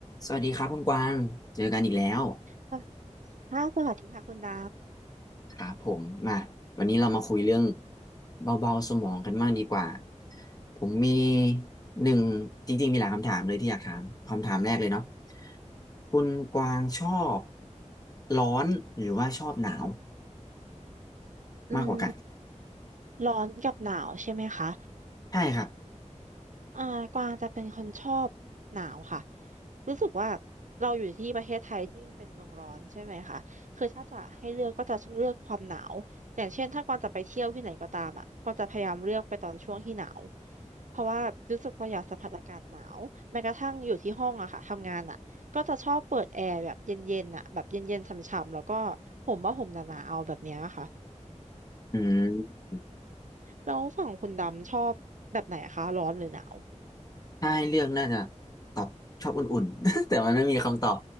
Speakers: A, on the left (about 30°); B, on the right (about 80°).
A: สวัสดีครับคุณกวาง เจอกันอีกแล้ว
B: ค่ะสวัสดีค่ะคุณด
A: ครับผมมาวันนี้เรามาคุยเรื่องเบาๆสมองกันบ้างดีกว่าผมมีหนึ่งจริงๆมีหลายคำถามเลยที่อยากถามคำถามแรกเลยเนาะคุณกวางชอบร้อนหรือว่าชอบหนาว
B: ำอืม
A: มากกว่ากัน
B: ร้อนกับหนาวใช่ไหมคะ
A: ใช่ครับ
B: อ่ากวางจะเป็นคนชอบหนาวค่ะรู้สึกว่าเราอยู่ที่ประเทศไทยที่มันเป็นเมืองร้อนใช่ไหมคะคือถ้าจะให้เลือกก็จะเลือกความหนาวอย่างเช่นถ้ากวางจะไปเที่ยวที่ไหนก็ตามอ่ะกวางจะพยายามเลือกไปตอนช่วงที่หนาวเพราะว่ารู้สึกเราอยากสัมผัสอากาศหนาวแม้กระทั่งอยู่ที่ห้องอะค่ะทำงานอะก็จะชอบเปิดแอร์แบบเย็นๆน่ะแบบเย็นๆฉ่ำๆแล้วก็ห่มว่าห่มหนาๆเอาแบบเนี้ยค่ะ
A: อืม
B: แล้วฝั่งคุณดำชอบแบบไหนคะร้อนหรือหนาว
A: ถ้าให้เลือกน่าจะตอบชอบอุ่นๆ <laughs> แต่มันไม่มีคำตอบ